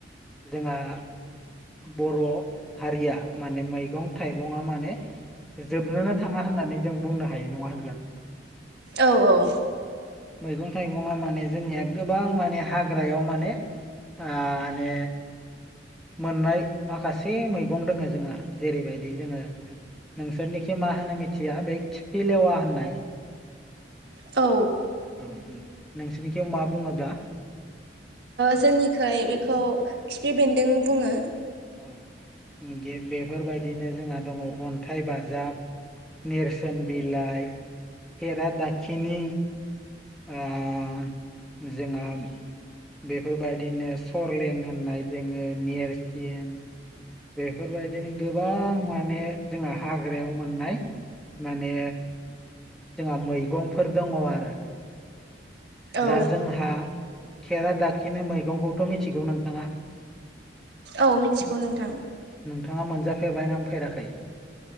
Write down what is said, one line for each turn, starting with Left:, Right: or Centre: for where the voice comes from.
Centre: जोंहा बर' हारिया माने मैगं-थाइगङा माने जोबनोनो थाङा होननानै जों बुंनो हायो नङा होनब्ला नोंथां
Right: औ-औ
Centre: मैगं थाइगंआ माने जोंनिया गोबां माने हाग्रायाव माने माने मोननाय माखासे मैगं दोङो जोंहा जेरैबायदि जोङो नोंसोरनिखि मा होनो मिथिया बे खिफि लेवा होननाय
Right: औ
Centre: औ नोंसोरनिथिं मा बुङोब्ला
Right: जोंनिखै बेखौ खिफि बेन्दों बुङो
Centre: औ बेफोरबायदिनो जोंहा दङ अन्थाइ बाजाब नेरसोन बिलाइ खरादाखिनि ओ जोंङा बेफोरबायदिनो सरलें होननाय दोङो नेरसिन बेफोरबायदिनो गोबां माने जोंहा हाग्रायाव मोननाय माने जोंहा मैगंफोर दङ आरो
Right: औ
Centre: दा जोंहा खेरा दाखिनि मैगंखौथ' मिथिगौ नोंथाङा
Right: औ मिथिगौ नोंथां
Centre: नोंथाङा मोनजाफेरबाय ना फेराखै